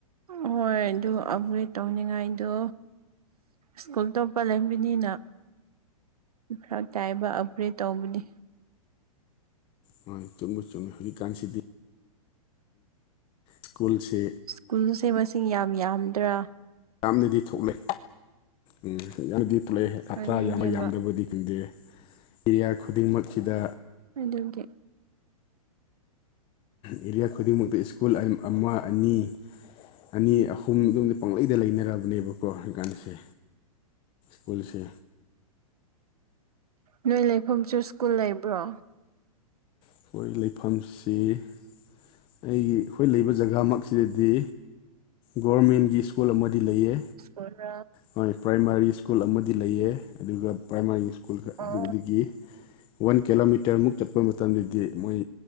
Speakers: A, on the right; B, on the left.
A: ꯍꯣꯏ ꯑꯗꯨ ꯑꯞꯒ꯭ꯔꯦꯗ ꯇꯧꯅꯤꯡꯉꯥꯏꯗꯣ ꯁ꯭ꯀꯨꯜ ꯇꯣꯞꯄ ꯂꯩꯕꯤꯅꯤꯅ ꯈꯔꯥꯛ ꯇꯥꯏꯕ ꯑꯞꯒ꯭ꯔꯦꯗ ꯇꯧꯕꯗꯤ
B: ꯍꯣꯏ ꯆꯨꯝꯕꯨ ꯆꯨꯝꯃꯤ ꯍꯧꯖꯤꯛꯀꯥꯟꯁꯤꯗꯤ ꯁ꯭ꯀꯨꯜꯁꯦ
A: ꯀꯨꯜꯁꯦ ꯃꯁꯤꯡ ꯌꯥꯝ ꯌꯥꯝꯗ꯭ꯔꯥ
B: ꯌꯥꯝꯅꯗꯤ ꯊꯣꯛꯂꯦ ꯎꯝ ꯌꯥꯝꯅꯗꯤ ꯊꯣꯛꯂꯛꯑꯦ ꯁꯇ꯭ꯔꯥ
A: ꯑꯗꯨꯅꯦꯕ
B: ꯌꯥꯝꯕ ꯌꯥꯝꯗꯕꯗꯤ ꯈꯪꯗꯦ ꯑꯦꯔꯤꯌꯥ ꯈꯨꯗꯤꯡꯃꯛꯁꯤꯗ
A: ꯑꯗꯨꯒꯤ
B: ꯑꯦꯔꯤꯌꯥ ꯈꯨꯗꯤꯡꯃꯛꯇ ꯁ꯭ꯀꯨꯜ ꯑꯦꯝꯜ ꯑꯃ ꯑꯅꯤ ꯑꯅꯤ ꯑꯍꯨꯝ ꯑꯗꯨꯝꯗꯤ ꯄꯪꯂꯩꯗ ꯂꯩꯅꯔꯕꯅꯦꯕꯀꯣ ꯍꯩꯀꯥꯟꯗꯁꯦ ꯁ꯭ꯀꯨꯜꯁꯦ
A: ꯅꯣꯏ ꯂꯩꯐꯝꯁꯨ ꯁ꯭ꯀꯨꯜ ꯂꯩꯕ꯭ꯔꯣ
B: ꯑꯩꯈꯣꯏ ꯂꯩꯐꯝꯁꯤ ꯑꯩꯒꯤ ꯑꯩꯈꯣꯏ ꯂꯩꯕ ꯖꯒꯥꯃꯛꯁꯤꯗꯗꯤ ꯒꯣꯔꯃꯦꯟꯒꯤ ꯁ꯭ꯀꯨꯜ ꯑꯃꯗꯤ ꯂꯩꯌꯦ
A: ꯄꯨꯔ
B: ꯍꯣꯏ ꯄ꯭ꯔꯥꯏꯃꯥꯔꯤ ꯁ꯭ꯀꯨꯜ ꯑꯃꯗꯤ ꯂꯩꯌꯦ ꯑꯗꯨꯒ ꯄ꯭ꯔꯥꯏꯃꯥꯔꯤ ꯁ꯭ꯀꯨꯜ
A: ꯑꯣ
B: ꯑꯗꯨꯗꯒꯤ <inaudible> ꯋꯥꯟ ꯀꯤꯂꯣꯃꯤꯇꯔ ꯃꯨꯛ ꯆꯠꯄ ꯃꯇꯝꯗꯗꯤ ꯃꯣꯏ